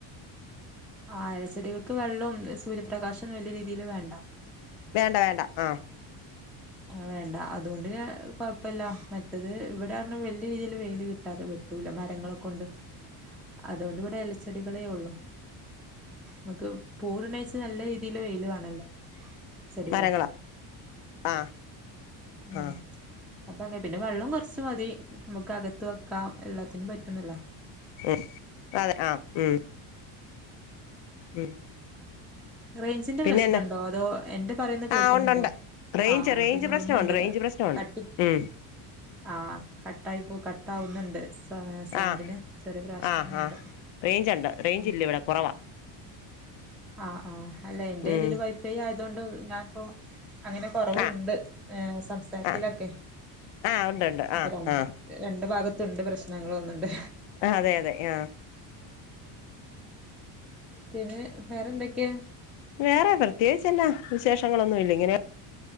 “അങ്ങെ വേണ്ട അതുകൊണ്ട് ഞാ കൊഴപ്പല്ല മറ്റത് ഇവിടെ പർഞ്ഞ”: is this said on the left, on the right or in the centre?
Centre